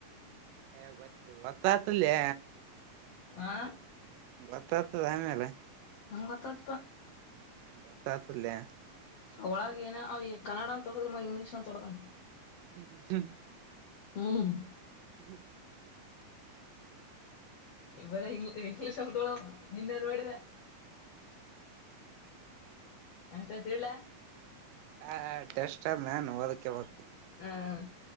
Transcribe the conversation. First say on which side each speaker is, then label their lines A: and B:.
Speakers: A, on the right (about 85°); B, on the left (about 80°).
A: ಹೇ ಗೊತ್ತು ಗೊತ್ತಾ ಆಯ್ತಾದ್ ಲೇ
B: ಹಾ
A: ಗೊತ್ತಾಗ್ತದ ಆಮೇಲೆ
B: ಹೆಂಗ್ ಗೊತ್ತತಪ
A: ಗೊತ್ತಾಯ್ತಾದ ಬಿಡಲೇ
B: ಅವ ಒಳಗೆ ಏನ ಅವ ಈ ಕನ್ನಡ ಅಂತ ಹೋಡ್ದ ಮ ಇಂಗ್ಲೀಷ್ನತ ಹೋಡ್ದಮಾ
A: <unintelligible>
B: ಹ್ಮಹ್ಮ್
A: ಹ್ಮ್ <unintelligible>
B: ಬರಿ ಇಂಗ್ ಇಂಗ್ಲೀಷ್ ಅಂತ ಹೇಳೋಣ ನಿನ್ನ ನೋಡಿದ ಅಷ್ಟ ತಿಳ್ಳ
A: ಹ ಟೆಸ್ಟ್ ಅದ್ ನಾನ್ ಅದಕ್ಕೆ ಹೋಗಿಲ್ಲ
B: ಹ್ಮ